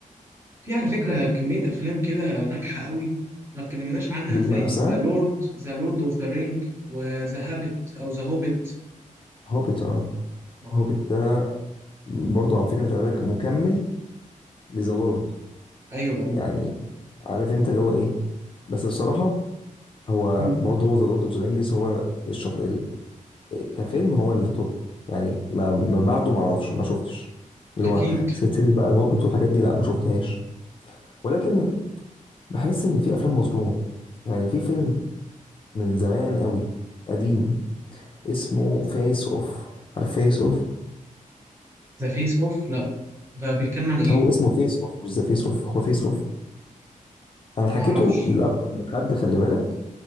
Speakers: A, on the right (about 20°); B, on the left (about 40°).
A: في على فكرة كمية أفلام كده ناجحة قوي ما اتكلمناش عنها
B: لإيما
A: زي
B: نفسها
A: ذا لورد ذا لورد اوف ذا رينج وذا هابت او ذا هوبت
B: هوبيت اه
A: اه
B: هوبيت ده برضو على فكرة خلي بالك مكمل لذا لورد
A: ايوه ايوه
B: يعني عارف انت اللي هو ايه بس بصراحة هو
A: امم
B: برضه هو ذا لورد اوف ذا رينجز هو الشخص كفيلم هو اللي توب يعني ما, ما بعده ما اعرفش ما شفتش اللي
A: اكيد
B: هو سلسلة بقى الهوبيت والحاجات دي لا ما شفتهاش ولكن بحس ان في افلام مظلومة يعني في فيلم من زمان قوي قديم اسمه فيس اوف عارف فيس اوف
A: ذا فيس اوف لا ده بيتكلم عن ايه؟
B: هو اسمه فيس اوف مش ذا فيس اوف هو فيس اوف انا حكيته
A: ما اعرفش
B: لاكتر من حد خلي بالك